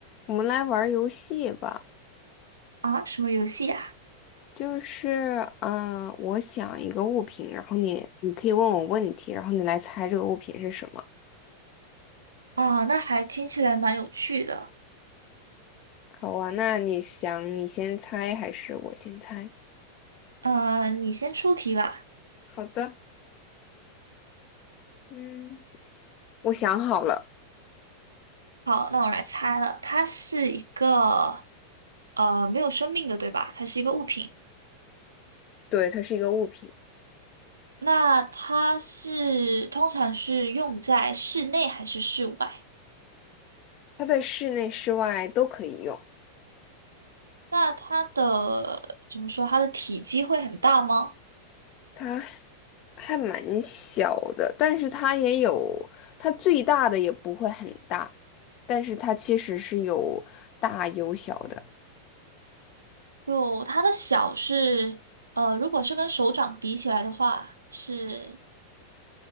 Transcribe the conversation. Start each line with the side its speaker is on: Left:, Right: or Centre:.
Left: 我们来玩儿游戏吧，
Right: 啊，什么游戏呀？
Left: 就是，嗯、我想一个物品，然后你你可以问我问题，然后你来猜这个物品是什么。
Right: 啊，哦那还听起来蛮有趣的。
Left: 好啊，那你想你先猜还是我先猜？
Right: 呃，你先出题吧。
Left: 好的，嗯，我想好了，
Right: 好，那我来猜了，它是一个呃没有生命的，对吧？它是一个物品。
Left: 对，它是一个物品，
Right: 那它是通常是用在室内还是室外？
Left: 它在室内、室外都可以用，
Right: 那它的怎么说？它的体积会很大吗？
Left: 它还蛮小的，但是它也有，它最大的也不会很大，但是它其实是有大有小的。
Right: 就它的小是呃，如果是跟手掌比起来的话，是